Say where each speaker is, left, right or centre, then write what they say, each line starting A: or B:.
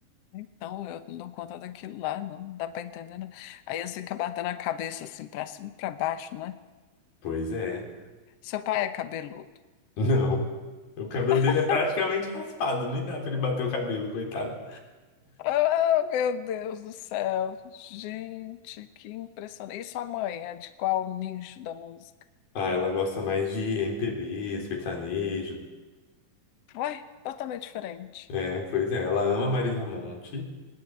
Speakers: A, on the left; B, on the left.
A: Então, eu não dou conta daquilo lá, não, não dá para entender, né? Aí você fico batendo a cabeça assim para cima e para baixo, né?
B: Pois é.
A: Seu pai é cabeludo.
B: Não. O cabelo
A: <laughs>
B: dele é praticamente raspado, nem dá pra ele bater o cabelo, coitado.
A: Ah, meu Deus do céu! Gente, que impressionante. E sua mãe é de qual nicho da música?
B: Ah, ela gosta mais de MPB, sertanejo.
A: Ué, totalmente diferente.
B: É, pois é, ela ama Marisa Monte